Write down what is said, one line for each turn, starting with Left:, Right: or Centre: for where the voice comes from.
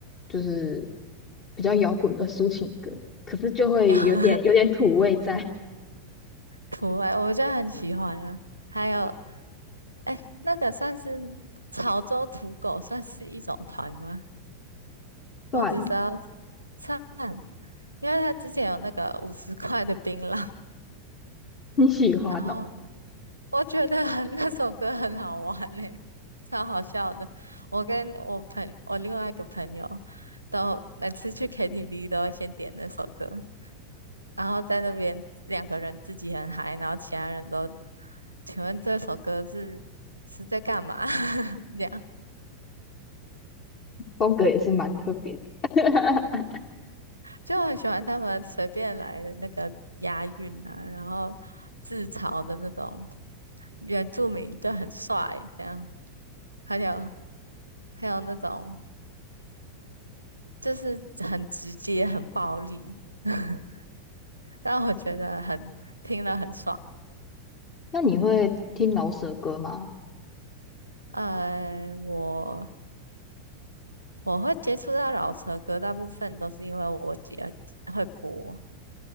Left: 就是比较摇滚的抒情歌，可是就会有点有点土味在。
Right: <laughs>
Left: <laughs>
Right: 土味，我就很喜欢了。还有，哎，那个算是潮州土狗，算是一种团吗？我只知道
Left: 算
Right: 唱，因为他之前有那个五十块的槟榔，
Left: 你喜欢哦，
Right: 然后我觉得很 <laughs> 那首歌很好玩嘞、超好笑的。我跟我朋我另外一个朋友都每次去 KTV 都会先点那首歌，然后在那边两个人自己很嗨，然后其他人都，请问这首歌是是在干嘛？<laughs> 这样
Left: 风格也是蛮特别的。<laughs>
Right: 就很喜欢他们随便来的那个押韵啊，然后自嘲的那种原住民就很帅，这样还有还有那种就是很直接、很暴力，<laughs> 让我觉得很听了很爽。
Left: 那你会听饶舌歌吗？
Right: 呃，我我会接触到老车歌，大部分都是因为我姐呃会播，